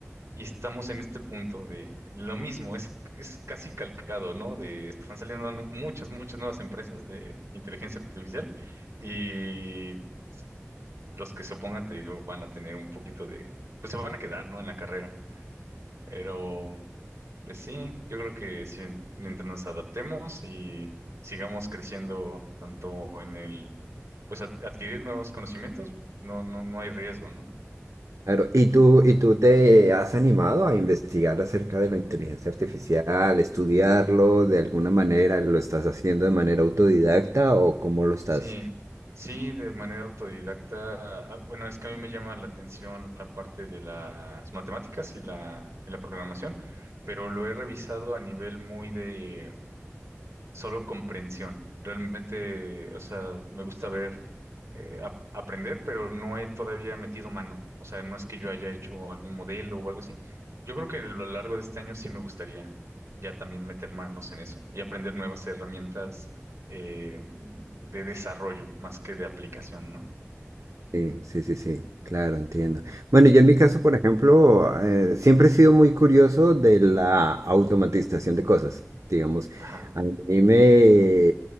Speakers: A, on the right; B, on the right.
A: Y estamos en este punto de lo mismo, es, es casi calcado, ¿no? De están saliendo nu- muchas, muchas nuevas empresas de inteligencia artificial y los que se opongan, te digo, van a tener un poquito de, pues se van a quedar, ¿no? En la carrera. Pero, pues sí, yo creo que sí, mientras nos adaptemos y sigamos creciendo tanto en el, pues ad- adquirir nuevos conocimientos, no, no, no hay riesgo, ¿no?
B: Claro, ¿y tú, y tú te has animado a investigar acerca de la inteligencia artificial, estudiarlo de alguna manera? ¿Lo estás haciendo de manera autodidacta o cómo lo estás
A: Sí, sí, de manera autodidacta. ah, Bueno, es que a mí me llama la atención la parte de las matemáticas y la, y la programación, pero lo he revisado a nivel muy de solo comprensión. Realmente, o sea, me gusta ver, eh, ap- aprender, pero no he todavía metido mano. O sea, no es que yo haya hecho algún modelo o algo así. Yo creo que a lo largo de este año sí me gustaría ya también meter manos en eso y aprender nuevas herramientas eh, de desarrollo más que de aplicación, ¿no?
B: Sí, sí, sí, sí, claro, entiendo. Bueno, yo en mi caso, por ejemplo, eh, siempre he sido muy curioso de la automatización de cosas, digamos.
A: Ajá.
B: A mí me...